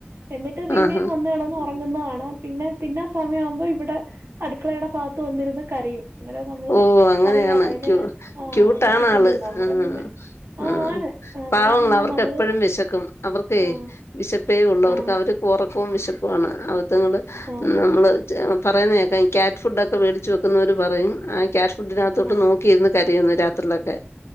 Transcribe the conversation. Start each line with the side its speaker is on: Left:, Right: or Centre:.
Right: എന്നിട്ട് പിന്നേയും
Left: ആഹാ
Right: വന്ന് ഇവ്ടന്ന് ഒറങ്ങുന്നത് കാണാം. പിന്നെ, പിന്നെ സമയാവുമ്പൊ ഇവ്ടെ അട്ക്ക ളേയുടെ ഭാഗത്ത് വന്നിരുന്ന് കരയും. അന്നേരം നമ്മള്
Left: ഓഹ് അങ്ങനെയാണ്.
Right: അറിയാലോ അതിന്
Left: ക്യൂ
Right: ആഹ്
Left: ക്യൂട്ടാണ്
Right: വിശക്കുന്നുന്ന്
Left: ആള്.
Right: അന്നേരം
Left: ആഹ്
Right: പിന്നെ
Left: ഉം
Right: ആഹ് ആണ് അന്നേരം
Left: പാവങ്ങളാ.
Right: പിന്നെ
Left: അവർക്കെപ്പഴും
Right: നമ്മള്
Left: വിശക്കും. അവർക്കെ
Right: ആഹ്
Left: വിശപ്പേ ഉള്ളവർക്ക്
Right: ആഹ്
Left: അവര് ഒറക്കവും വിശപ്പു ആണ്. അവറ്റങ്ങള്
Right: ആഹ്
Left: നമ്മള്
Right: ആഹ്
Left: ച്ചെ പറയുന്നേക്കാം ഈ ക്യാറ്റ് ഫുഡ് ഒക്കെ വേടിച്ച് വെക്കുന്നവര് പറയും ആ ക്യാറ്റ് ഫുഡിനകത്തോട്ട്
Right: ആഹ്
Left: നോക്കിയിര്ന്ന് ക.... രയുംന്ന് രാത്രിയിലൊക്കെ